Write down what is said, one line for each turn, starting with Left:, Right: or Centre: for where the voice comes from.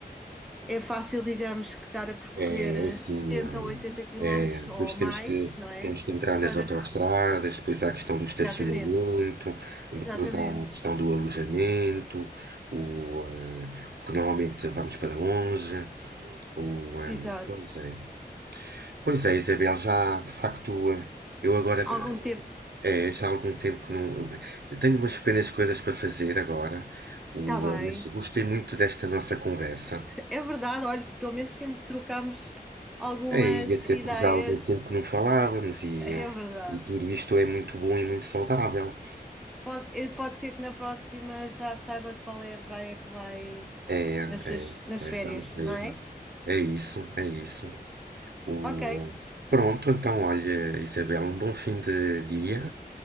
Centre: é fácil, digamos, que estar a percorrer
Right: É, é assim,
Centre: setenta ou oitenta quilómetros
Right: é, depois
Centre: ou
Right: temos
Centre: mais,
Right: que,
Centre: não é?
Right: temos que entrar nas
Centre: Para...
Right: autoestradas, depois há a questão do estacionamento,
Centre: Exatamente,
Right: depois
Centre: exatamente,
Right: há a questão do alojamento, o, eh, porque normalmente vamos para longe. O, eh,
Centre: exato.
Right: pois é. Pois é, Isabel, já de facto, eh, eu agora,
Centre: Algum tempo,
Right: eh, é, já há algum tempo que não. Eu eu tenho umas pequenas coisas para fazer agora,
Centre: está
Right: o,
Centre: bem.
Right: eh, mas gostei muito desta nossa conversa.
Centre: É verdade, olha, pelo menos sempre trocámos algumas
Right: É, e até
Centre: ideias,
Right: porque já há algum tempo que não falávamos e,
Centre: é
Right: eh,
Centre: verdade.
Right: e tudo isto é muito bom e muito saudável.
Centre: Pode, eh, pode ser que na próxima já saiba qual é a praia que vai
Right: É,
Centre: nas
Right: é,
Centre: suas, nas
Right: é,
Centre: férias,
Right: vamos ver.
Centre: não é?
Right: É isso, é isso. O,
Centre: Ok,
Right: eh, pronto, então, olha, Isabel, um bom fim de dia